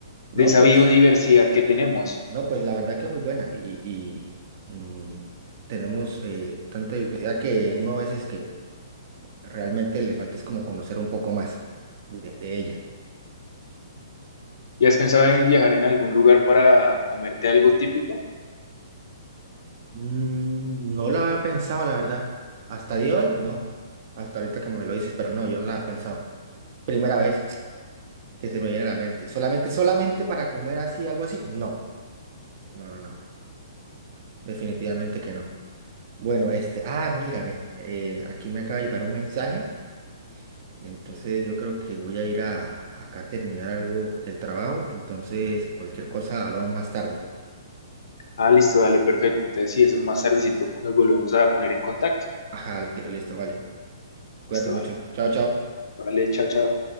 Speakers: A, on the right; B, on the left.
A: No,
B: de esa
A: pues,
B: biodiversidad que tenemos.
A: no, pues la verdad que muy buena y, y, mm, tenemos eh, tanta diversidad que uno a veces que Realmente le falta es como conocer un poco más de, de ella.
B: ¿Y has pensado en viajar en algún lugar para comerte algo típico?
A: Mm, no la había pensado, la verdad. Hasta dios no. Hasta ahorita que me lo dices, pero no, yo no la he pensado. Primera vez que se me viene a la mente. Solamente, solamente para comer así, algo así. No, no, no, no. Definitivamente que no. Bueno, este, ah, mira, ve, eh, aquí me acaba de llegar un mensaje. Entonces yo creo que voy a ir a, a- acá a terminar algo del trabajo. Entonces, cualquier cosa, hablamos más tarde.
B: Ah, listo, dale, perfecto. Entonces, sí, eso más tardecito nos volvemos a poner en contacto.
A: Ajá, listo, listo, vale. Cuídate
B: Listo,
A: mucho.
B: vale.
A: Chao, chao.
B: Vale, chao, chao.